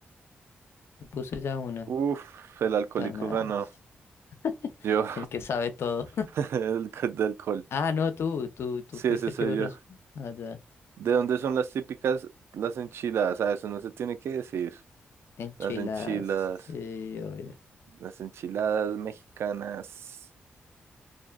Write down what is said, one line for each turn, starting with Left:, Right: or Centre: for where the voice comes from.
Left: Yo puse ya una.
Right: Uf, el alcohólico
Left: Canarias.
Right: ganó.
Left: <laughs>
Right: Yo,
Left: El que sabe todo.
Right: <laughs> el co- de alcohol.
Left: Ah, no, tú, tú, tú
Right: Sí,
Left: fuiste
Right: ese soy
Left: el que borró
Right: yo.
Left: eso. Ah, ya.
Right: ¿De dónde son las típicas las enchiladas? Ah, eso no se tiene que decir.
Left: Enchiladas.
Right: Las enchiladas.
Left: Sí, obvio.
Right: Las enchiladas mexicanas.